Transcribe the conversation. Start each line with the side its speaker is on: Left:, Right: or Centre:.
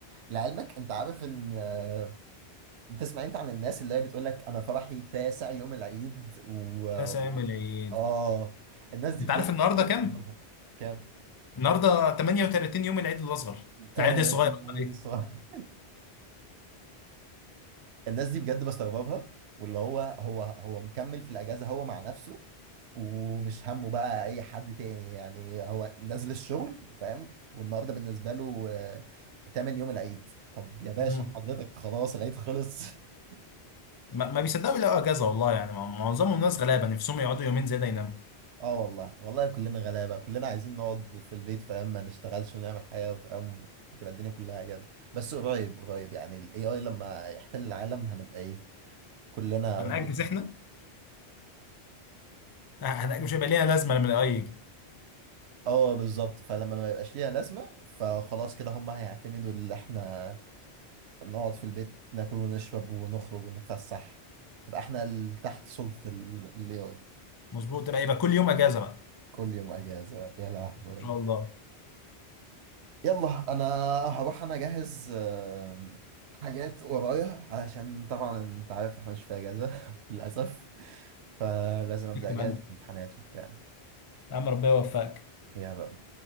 Right: لعلمك انت عارف ان آه، بتسمع انت عن الناس اللي هي بتقول لك انا فرحي تاسع يوم العيد و
Left: تسام
Right: و-
Left: العيد
Right: اه الناس دي
Left: انت
Right: بجد
Left: عارف النهارده
Right: أنا
Left: كام؟
Right: بستغربها. كام
Left: النهارده 38 يوم العيد الاصغر
Right: <laughs> تا-
Left: العيد الصغير
Right: الصراحة
Left: أمال
Right: الناس دي بجد بستغربها واللي هو هو هو مكمل في الأجازة هو مع نفسه ومش همه بقى أي حد تاني يعني هو نازل الشغل فاهم والنهاردة بالنسبة له آه، تمن يوم العيد طب يا باشا
Left: إيه؟
Right: حضرتك خلاص العيد خلص <laughs>
Left: ما, ما بيصدقوا يلاقوا اجازه والله يعني مع- معظمهم ناس غلابه نفسهم يقعدوا يومين زياده يناموا
Right: اه والله والله كلنا غلابة كلنا عايزين نقعد في البيت فاهم ما نشتغلش ونعمل حاجة فاهم بتبقى الدنيا كلها أجازة بس قريب قريب يعني ال AI لما يحتل العالم هنبقى إيه كلنا
Left: هنأجز
Right: واخدين
Left: احنا هنأجز مش هيبقى ليها لازمه لما الاي يجي
Right: اه بالظبط فلما ما يبقاش ليها لازمة فخلاص كده هم هيعتمدوا اللي احنا نقعد في البيت ناكل ونشرب ونخرج ونتفسح نبقى احنا ال- تحت سلطة الاي اي
Left: مظبوط تبقى يبقى كل يوم اجازه بقى
Right: كل يوم اجازة يا لهوي
Left: ان شاء الله
Right: يلا انا هروح انا اجهز آم، حاجات ورايا علشان طبعا انت عارف احنا مش في اجازة <laughs> للأسف فلازم ابدأ
Left: اكتب
Right: اجهز
Left: عنه
Right: الامتحانات وبتاع
Left: يا عم ربنا يوفقك
Right: يا رب